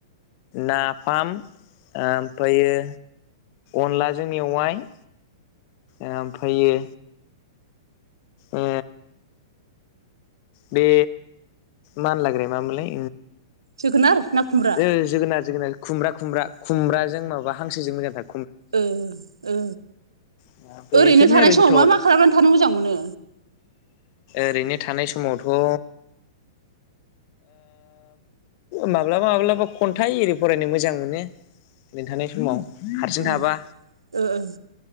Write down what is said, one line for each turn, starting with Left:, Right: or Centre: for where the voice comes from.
Left: नाफाम। ओमफ्रायो अनलाजों मेवाय। ओमफायो ओ बे मानलाग्राया मा मामोनलाय?
Right: जोगोनार ना खुमब्रा
Left: ओ ओ जोगोनार जोगोनार खुमब्रा खुमब्रा खुमब्राजों माबा हांसोजों मोजां थार।
Right: ओ ओ।
Left: ओमफ्राय
Right: ओरैनो
Left: बेफोरनो
Right: थानाय
Left: आरो
Right: समाव
Left: गोथावालाय
Right: मा मा खालामनानै थानो मोजां मोनो?
Left: ओरैनो थानाय समावथ' ओ माब्लाबा माब्लाबा खन्थाइ एरि फरायनो मोजां मोनो ओरैनो थानाय समाव। हारसिं
Right: ओं
Left: थाबा
Right: ओ ओं।